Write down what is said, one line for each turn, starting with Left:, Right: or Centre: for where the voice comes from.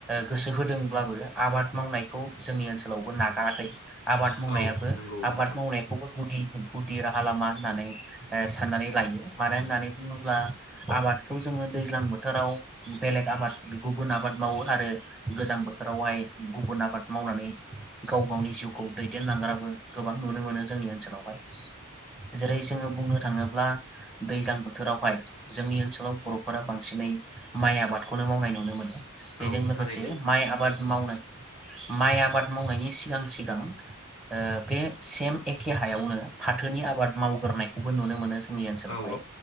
Centre: गोसो होदोंब्लाबो आबाद मावनायखौ जोंनि ओनसोलावबो नागाराखै आबाद मावनायाबो
Left: औ नंगौ
Centre: आबाद
Left: नोंथां
Centre: मावनायखौबो गुदि गुदि राहा लामा होननानै ओ साननानै लायो मानो होननानै बुङोब्ला आबादखौ जोङो दैज्लां बोथोराव बेलेग आबाद गुबुन आबाद मावो आरो गोजां बोथोरावहाय गुबुन आबाद मावनानै गाव गावनि जिउखौ दैदेनलांग्राबो गोबां नुनो मोनो जोंनि ओनसोलावहाय जेरै जोङो बुंनो थाङोब्ला दैज्लां बोथोरावहाय जोंनि ओनसोलाव बर'फोरा बांसिनै माइ आबादखौनो मावनाय नुनो मोनो बेजों
Left: औ
Centre: लोगोसे
Left: थारैनो नोंथां
Centre: माइ आबाद मावनाय माइ आबाद मावनायनि सिगां सिगां ओ बे सेम एखे हायावनो फाथोनि आबाद मावग्रोनायखौबो नुनो मोनो जों नि ओनसोलाव
Left: औ
Centre: हाय